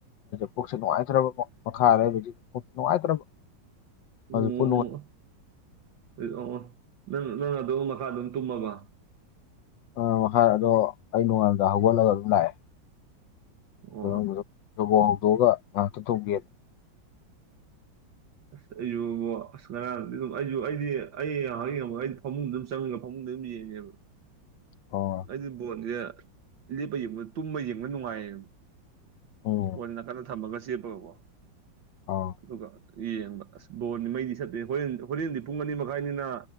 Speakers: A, on the left; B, on the right.
A: ꯄꯨꯛꯁꯨ ꯅꯨꯡꯉꯥꯏꯇ꯭ꯕꯀꯣ ꯃꯈꯥꯗ ꯄꯨꯛꯁꯨ ꯅꯨꯡꯉꯥꯏꯇ꯭ꯔꯕ
B: ꯑꯣ
A: ꯑꯗꯨ ꯄꯨꯛ ꯅꯨꯡꯉꯥꯏ
B: ꯑꯣ ꯑꯣ ꯑꯣ ꯅꯪ ꯅꯪ ꯑꯗꯨ ꯃꯈꯥꯗ ꯑꯗꯨꯝ ꯇꯨꯝꯃꯕ
A: ꯎꯝ ꯍꯥꯏ ꯑꯗꯣ ꯑꯩ ꯅꯣꯡꯉꯜꯂꯝꯗꯥꯏ ꯍꯧꯒꯠꯂꯒ ꯑꯗꯨꯝ ꯂꯥꯛꯑꯦ
B: ꯑꯣ
A: <unintelligible> ꯂꯕꯣꯛ ꯍꯧꯗꯣꯛꯑꯒ ꯉꯥꯏꯍꯥꯛꯇ ꯇꯨꯝꯒꯦ
B: ꯑꯁ ꯑꯩꯁꯨ ꯏꯕꯨꯉꯣ ꯑꯁ ꯉꯔꯥꯡꯗꯤ ꯑꯗꯨꯝ ꯑꯩꯁꯨ ꯑꯩꯗꯤ ꯑꯩ ꯉꯥꯏꯍꯛ ꯌꯦꯡꯕꯒ ꯑꯩꯗꯤ ꯐꯃꯨꯡꯗꯨ ꯑꯗꯨꯝ ꯆꯪꯉꯒ ꯐꯃꯨꯡꯗ ꯑꯗꯨꯝ ꯌꯦꯡꯉꯦꯕ
A: ꯑꯣ
B: ꯑꯩꯗꯤ ꯕꯣꯟꯖꯦ ꯂꯦꯞꯄ ꯌꯦꯡꯕ ꯇꯨꯝꯕ ꯌꯦꯡꯕꯅ ꯅꯨꯡꯉꯥꯏꯌꯦꯕ
A: ꯎꯝ
B: ꯋꯥꯟ ꯅꯥꯀꯟꯗ ꯊꯝꯃꯒ ꯆꯦꯞꯄꯒꯀꯣ
A: ꯑꯥ
B: ꯑꯗꯨꯒ ꯌꯦꯡꯕ ꯑꯁ ꯕꯣꯜꯗꯤ ꯃꯩꯗꯤ ꯆꯠꯇꯦ ꯍꯣꯔꯦꯟ ꯍꯣꯔꯦꯟꯗꯤ ꯄꯨꯡ ꯑꯅꯤ ꯃꯈꯥꯏꯅꯤꯅ